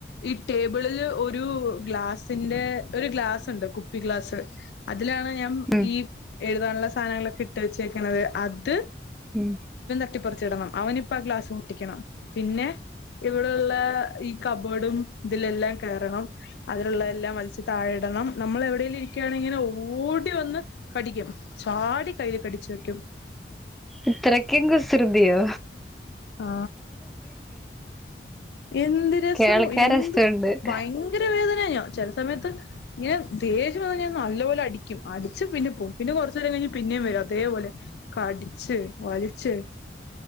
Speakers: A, on the left (about 70°); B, in the centre.
A: ഈ ടേബിളില് ഒരു ഗ്ലാസിന്റെ ഒരു ഗ്ലാസ് ഉണ്ട്, കുപ്പി ഗ്ലാസ് അ തിലാണ് ഞാൻ
B: ഉം
A: ഇ എഴുതാനുള്ള സാധനങ്ങളൊക്കെയിട്ട് വെച്ചേക്കണത് അത്
B: ഉം
A: ട്ടിപ്പറിച്ചിടണം അവനിപ്പ ആ ഗ്ലാസ് പൊട്ടിക്കണം പിന്നെ ഇവിടൊള്ള ഈ കബോർഡും ഇതിലെല്ലാം കേറണം അതിലുള്ള എല്ലാം വലിച്ച് താഴെയിടണം നമ്മളെവിടേലും ഇരിക്കുയാണെയിങ്ങനെ ഇങ്ങനെ ഓടി വന്ന് കടിക്കും ചാടി കയ്യിൽ കടിച്ചു വെക്കും
B: ഇത്രയ്ക്കും കുസു തിയോ?
A: ആ എന്ത് രസം
B: കേൾക്കാൻ
A: എന്ത്
B: രസവുണ്ട്
A: ഭയങ്കര വേദനയാ ചെല സമയത്ത് ഇങ്ങനെ ദേഷ്യം വന്ന് കഴിഞ്ഞാ ഞാൻ നല്ല പോലെ അടിക്കും അടിച്ച് പിന്നെ പോവും പിന്നെ കൊറച്ച് നേരം പിന്നേം വരും അതേപോലെ കടിച്ച് വലിച്ച്